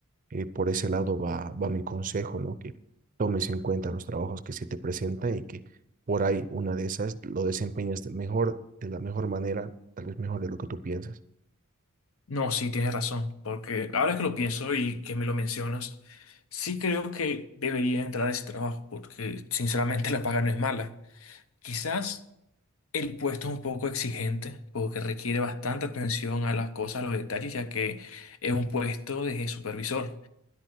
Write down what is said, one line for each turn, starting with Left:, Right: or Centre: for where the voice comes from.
Right: eh, por ese lado va, va mi consejo, ¿no? Que tomes en cuenta los trabajos que se te presentan y que por ahí una de esas lo desempeñes de mejor, de la mejor manera, tal vez mejor de lo que tú piensas.
Left: No, sí, tienes razón, porque ahora que lo pienso y que me lo mencionas, sí creo que debería entrar a ese trabajo, porque sinceramente <laughs> la paga no es mala. Quizás el puesto es un poco exigente, porque requiere bastante atención a las cosas, a los detalles, ya que es un puesto de supervisor.